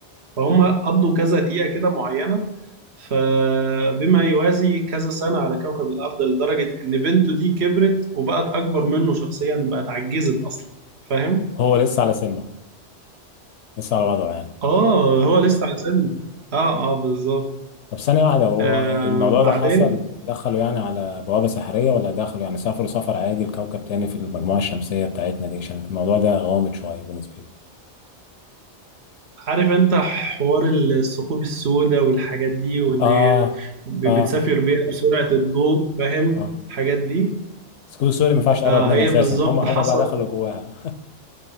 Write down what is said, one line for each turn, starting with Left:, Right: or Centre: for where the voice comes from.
Right: فهم قضوا كذا دقيقة كده معينة فبما يوازي كذا سنة على كوكب الأرض لدرجة إن بنته دي كبرت وبقت أكبر منه شخصيا بقت عجزت أصلا فاهم؟
Left: هو لسه على سنه لسه على وضعه يعني
Right: آه هو لسه على سنه آه آه بالظبط
Left: طب ثانية واحدة هو
Right: آه
Left: الموضوع
Right: بعدين
Left: ده حصل دخلوا يعني على بوابة سحرية ولا دخلوا يعني سافروا سفر عادي لكوكب تاني في المجموعة الشمسية بتاعتنا دي عشان الموضوع ده غامض شوية بالنسبة لي
Right: عارف أنت حوار الثقوب السوداء والحاجات دي وإن
Left: اه
Right: ب-
Left: اه
Right: بتسافر بيها بسرعة الضوء فاهم؟
Left: اه
Right: الحاجات دي
Left: سكوب سوري ما ينفعش اقرب
Right: آه
Left: منها
Right: هي
Left: اساسا
Right: بالظبط
Left: هم هم
Right: حصل
Left: بقى دخلوا جواها